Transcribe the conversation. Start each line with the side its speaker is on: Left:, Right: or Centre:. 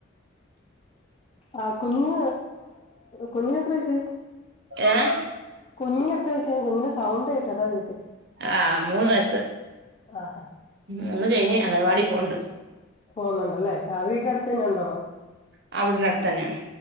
Left: ആ കുഞ്ഞ് കുഞ്ഞിന് എത്ര വയ്സ്സായി
Right: ഏ
Left: കുഞ്ഞിന് എത്ര വയി എ പ്നെ സൗണ്ടെട്ടതാ ചോയിച്ചേ.
Right: ആ മൂന്ന് വയ്സ്സ്
Left: ആഹ് ആഹ്
Right: മൂന്ന് കഴിഞ്ഞ് അങ്ങനവാടി ഒണ്ട്
Left: പോന്നുണ്ടല്ലേ ആ വീടിന്റെ അടുത്ത്ന്നെണ്ടോ
Right: ആ വീടിന്റെ അടുത്ത് തന്നെയാണ്